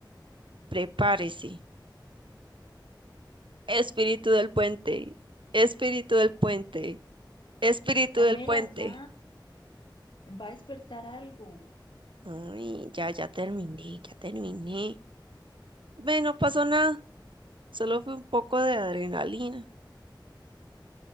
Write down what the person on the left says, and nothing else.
Ay,
Mela,
ya. Va a despertar algo.